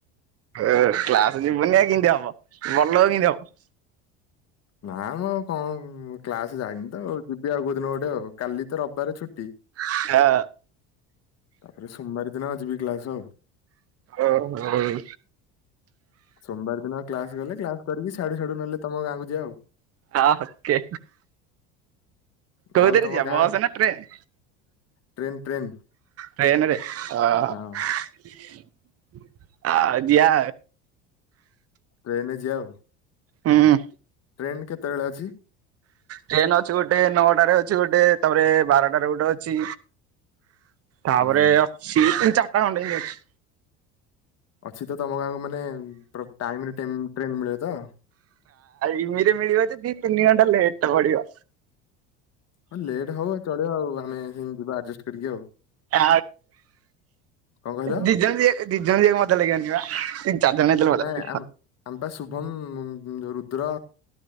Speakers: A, on the right; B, on the left.
A: ଏ କ୍ଲାସ ଯିବୁନି ଆଉ କେନ୍ତି ହବ ମନ କେନ୍ତି ହବ?
B: ନାଁ ମୁଁ ଆଉ କଣ କ୍ଲାସ ଯାଇନି ତ ଆଉ ଯିବି ଆଉ କୋଉ ଦିନ ଗୋଟେ ଆଉ କାଲି ତ ରବିବାରେ ଛୁଟି।
A: ହାଆ
B: ତାପରେ ସୋମବାର ଦିନ ଯିବି କ୍ଲାସ ଆଉ।
A: ଓ ହୋଉ।
B: ସୋମବାର ଦିନ କ୍ଲାସ ଗଲେ କ୍ଲାସ କରିକି ସ୍ୟାଡ଼ୁ ସ୍ୟାଡ଼ୁ ନଲେ ତମ ଗାଁକୁ ଯିବା ଆଉ।
A: ହଁ ଓକେ। କୋଉଥିରେ
B: ଆଉ ତମ
A: ଯିବା
B: ଗାଁ
A: ବସ୍ ନାଁ ଟ୍ରେନ୍?
B: ଟ୍ରେନ୍ ଟ୍ରେନ୍
A: ଟ୍ରେନରେ। ଆହ୍-
B: ହଁ
A: ଆ ଜିଆ।
B: ଟ୍ରେନ ଯିଆ ଆଉ।
A: ହୁଁ।
B: ଟ୍ରେନ କେତବେଳେ ଅଛି?
A: ଟ୍ରେନ ଅଛି ଗୋଟେ ନଅଟାରେ ଅଛି ଗୋଟେ ତାପରେ ବାରଟାରେ ଗୋଟେ ଅଛି। ତାପରେ
B: ହୁଁ
A: ଅଛି ତିନି ଚା ଟା ଅଣ୍ଡେ ଏତି ଅଛି।
B: ଅଛି ତ ତମ ଗାଁକୁ ମାନେ ପ୍ର ଟାଇମରେ ଟାଇ ଟେନ୍ ଟ୍ରେନ ମିଳେ ତ?
A: ଇମିରେ ମିଳିବ ଯେ ଦି ତିନି ଘଣ୍ଟା ଲେଟ ପଡ଼ିବ।
B: ହଁ ଲେଟ୍ ହବ ଚଳିବ ଆଉ ଆମେ ସେମତି ଯିବା ଆଡଜଷ୍ଟ କରିକି ଆଉ।
A: ଆ
B: କଣ କହିଲ
A: ଦି ଜଣ ଯି ଦି ଜଣ ଯିବାକୁ ମଜା ଲାଗିବନି ବା। ଚାରି ଜଣ ହେଇଥିଲେ ମଜା
B: ନାଇଁ
A: ଲାଗିବ।
B: ଆମେ ଆମେ ପା ଶୁଭମ୍ ଉଁ ରୁଦ୍ର